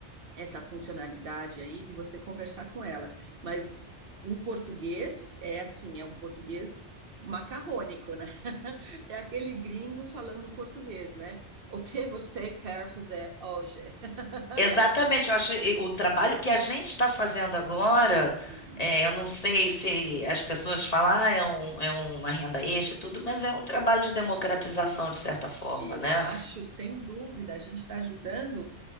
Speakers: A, on the right; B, on the left.
A: essa funcionalidade aí de você conversar com ela, mas em português é assim, é um português macarrônico, né? <laughs> É aquele gringo falando português, né? O que você quer fazer hoje? <laughs>
B: Exatamente, eu acho e- o trabalho que a gente está fazendo agora,
A: Uhum.
B: é, eu não sei se as pessoas falam, ah, é, um- é uma renda extra e tudo, mas é um trabalho de democratização, de certa forma,
A: Eu
B: né?
A: acho, sem dúvida, a gente está ajudando